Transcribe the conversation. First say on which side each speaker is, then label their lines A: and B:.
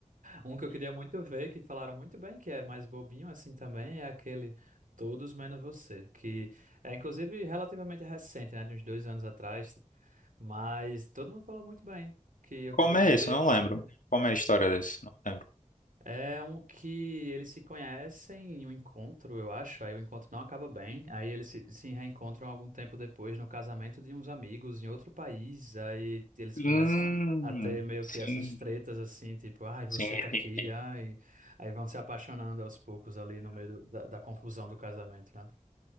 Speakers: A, on the right; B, on the left.
A: Um que eu queria muito ver, que falaram muito bem, que é mais bobinho assim também, é aquele Todos Menos Você, que é inclusive relativamente recente, né? De uns dois anos atrás, mas todo mundo falou muito bem, que eu
B: Como
A: queria
B: é
A: ver.
B: isso? Eu não lembro.
A: né?
B: Como é a história desse? Não lembro.
A: É um que eles se conhecem em um encontro, eu acho. Aí o encontro não acaba bem. Aí eles se, se reencontram algum tempo depois no casamento de uns amigos em outro país. Aí eles
B: Hum,
A: começam a ter meio
B: sim,
A: que essas tretas assim, tipo, ai, você
B: sim,
A: tá aqui,
B: sim, sim.
A: ai. Aí vão se apaixonando aos poucos ali no meio do- da, da confusão do casamento, né?